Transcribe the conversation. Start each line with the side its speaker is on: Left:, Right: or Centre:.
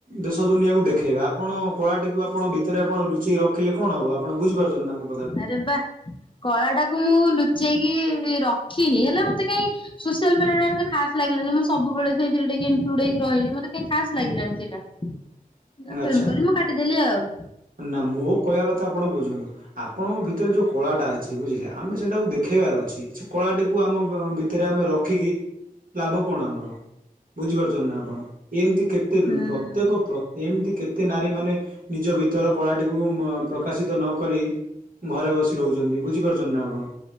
Right: ଦେଶ ଦୁନିଆକୁ ଦେ ଦେଖାଇବା ଆପଣ କଳାଟିକୁ ଆପଣ ଭିତରେ ଆପଣ ଲୁଚେଇକ ରଖିଲେ କଣ ହେବ ଆପଣ ବୁଝିପାରୁଛନ୍ତି ନା ମ
Left: ଆରେ ବା କଳା ଟାକୁ ମୁଁ ଲୁଚେଇକି ରଖିନି ହେଲେ ମତେ କାଇଁ ସୋସିଆଲ ମିଡିଆରେ ମୋତେ ଖସ୍ ଲାଗିଲାନି ମୁଁ ସବୁ ବେଳେ ସେଥିରେ ଟିକେ ଇନକ୍ଲୁଡ ହେଇକି ରହିଲି ମତେ କାଇଁ ଖାସ୍ ଲାଗିଲାନି ସେଟା। ନା
Right: ଆଚ୍ଛା
Left: ତେଣୁକରି ମୁଁ କାଟିଦେଲି ଆଉ।
Right: ନା ମୁଁ କହିବା କଥା ଆପଣ ବୁଝନ୍ତୁ। ଆପଣଙ୍କ ଭିତରେ ଯୋଉ କଳାଟା ଅଛି ବୁଝିଲେ ଆମେ ସେଟାକୁ ଦେଖେଇବାର ଅଛି ସେ କଳାଟିକୁ ଆମ ଭିତରେ ଆମେ ର ରଖିକି ଲାଭ କଣ ଆମର ବୁଝିପାରୁଛ ନା ଆପଣ ଏମିତି କେତେ ଲୋ
Left: ହୁଁ।
Right: ପ୍ର ପ୍ରତ୍ୟେକ ପ୍ର ଏମିତି କେତେ ନାରୀମାନୋନ ନିଜ ଭିତର କଳାଟିକୁ ପ୍ରକାଶିତ ନକରି ଘରେ ବସି ରହୁଛନ୍ତି ବୁଝିପାରୁଛନ୍ତି ନା ଆପଣ?